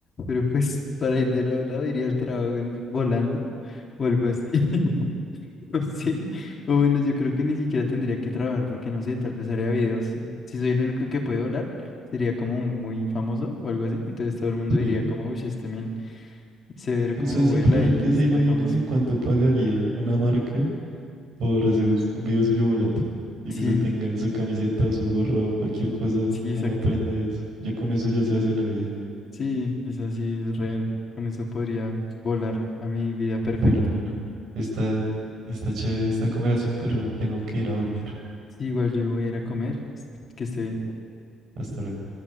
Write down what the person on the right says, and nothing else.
Sí.
O sea, simplemente
se
imagínese
cuánto pagaría una marca por hacer us- un video suyo volando y
que usted tenga su camiseta o su gorra o cualquier cosa,
una prenda de eso. Ya con eso ya se hace la vida.
Pero bueno, está, está chévere esta conversación, pero tengo que ir a dormir.
Hasta luego.